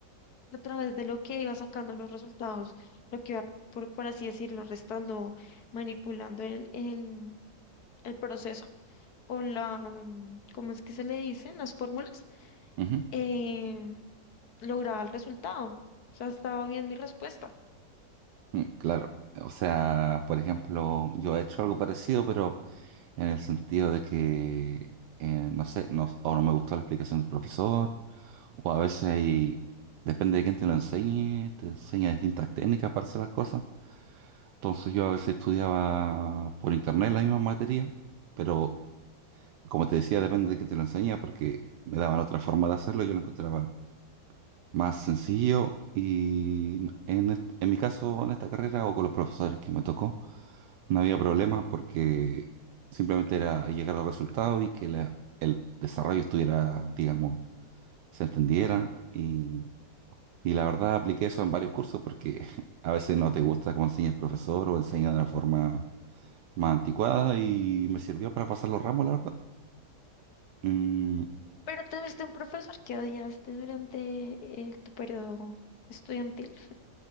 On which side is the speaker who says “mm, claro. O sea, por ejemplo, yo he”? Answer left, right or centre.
Right